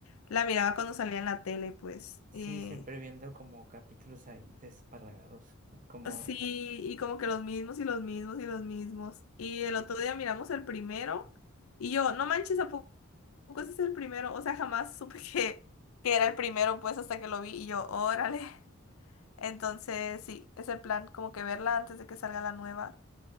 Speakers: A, on the left; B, on the right.
A: la miraba cuando salía en la tele, pues.
B: Sí,
A: Eh,
B: siempre viendo como capítulos ahí desparlagados, ¿no? como
A: sí,
B: eh,
A: y como que los mismos y los mismos y los mismos. Y el otro día miramos el primero y yo, no manches, tampoco ese es el primero, o sea, jamás supe <laughs> que, que era el primero, pues hasta que lo vi y yo, órale. Entonces, sí, es el plan, como que verla antes de que salga la nueva.